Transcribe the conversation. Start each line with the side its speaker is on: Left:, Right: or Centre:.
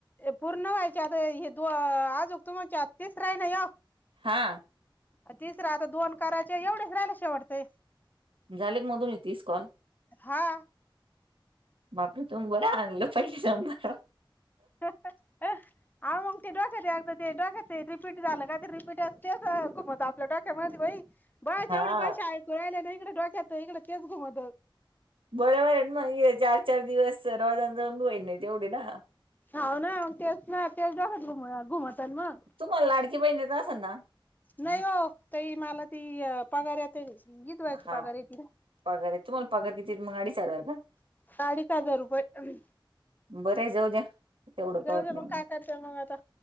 Left: पूर्ण व्हायचे आता हे दो, आज तुमच्यात तिसरा आहे ना ह्यो.
Right: हा.
Left: तिसरा आता दोन करायचे, एवढेच राहिले शेवटचे.
Right: झाले का मग तुमचे तीस कॉल?
Left: हा.
Right: बापरे तुम्ही बर आणलं पहिलेच नंबर
Left: <unintelligible> आहो मग ते डोक्यात आलतं ते डोक्यात ते रिपीट झालं का ते रिपीट तेच खुपत आपल्या डो <unintelligible> बाई, बायाचे
Right: हां,
Left: एवढे पैसे ऐकू राहिल्या ना इकडे, डोक्यात इकडे तेच घुमत.
Right: बरोबर आहे ना, मग चार चार दिवस <unintelligible> होईना तेवढं ना.
Left: हाव ना, मग तेच ना, तेच डोक्यात घूम घुमत मग.
Right: तुम्हाला लाडकी बहिणीचं असेल ना?
Left: नाही ओ, ताई मला ती पगार आता <unintelligible>
Right: हां,
Left: पगार येती ना
Right: पगार आहे, तुम्हाला पगार किती मग अडीच हजार का?
Left: ना अडीच हजार रुपये.
Right: बरं जाऊ द्या, तेवढका
Left: जाऊ
Right: होत
Left: दे
Right: नाही
Left: मग काय करते मग आता